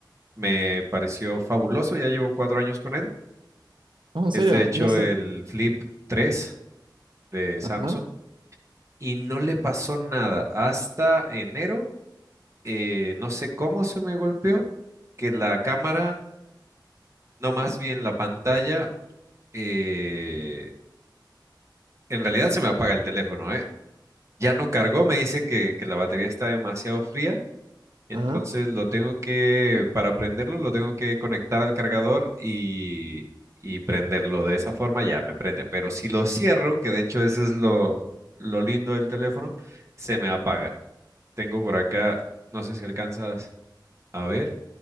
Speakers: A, on the right; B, on the right.
A: me pareció fabuloso, ya llevo cuatro años con él.
B: No, en
A: Es
B: serio,
A: de hecho
B: y no sé.
A: el Flip 3 de Samsung
B: Ajá,
A: y no le pasó nada hasta enero eh, no sé cómo se me golpeó, que la cámara, no más bien la pantalla, eh, en realidad se me apaga el teléfono, ¿eh? Ya no cargó, me dice que, que la batería está demasiado fría, entonces
B: ajá,
A: lo tengo que, para prenderlo, lo tengo que conectar al cargador y, y prenderlo. De esa forma ya me prende, pero si lo cierro, que de hecho eso es lo, lo lindo del teléfono, se me apaga. Tengo por acá, no sé si alcanzas a ver.